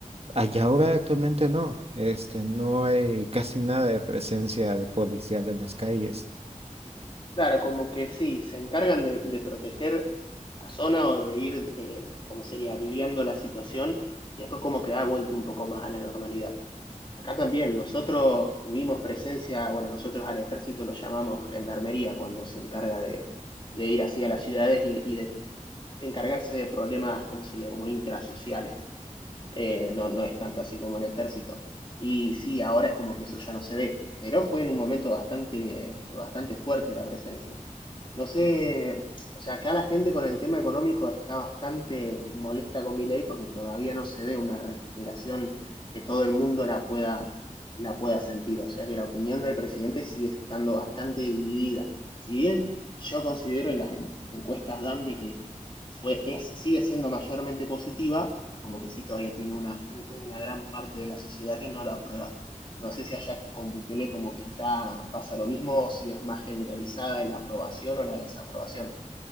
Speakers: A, on the right; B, on the left.
A: allá ahora actualmente no, este, no hay casi nada de presencia policial en las calles.
B: Claro, como que sí, se encargan de, de proteger la zona o de ir, eh, como sería, aliviando la situación y después como que ha vuelto un poco más a la normalidad. Acá también nosotros tuvimos presencia, bueno, nosotros al ejército lo llamamos gendarmería cuando se encarga de, de ir así a las ciudades y, y de encargarse de problemas, como sería, como intrasociales. Eh, no, no es tanto así como el ejército. Y sí, ahora es como que eso ya no se ve, pero fue en un momento bastante, bastante fuerte la presencia. No sé, o sea, acá la gente con el tema económico está bastante molesta con mi ley porque todavía no se ve una recuperación que todo el mundo la pueda, la pueda sentir. O sea que la opinión del presidente sigue estando bastante dividida. Si bien yo considero y las en- encuestas dan de que fue, es, sigue siendo mayormente positiva, como que sí todavía tiene una, u- una gran parte de la sociedad que no lo aprueba. No sé si allá con Bukele como que está, pasa lo mismo, o si es más generalizada la aprobación o la desaprobación.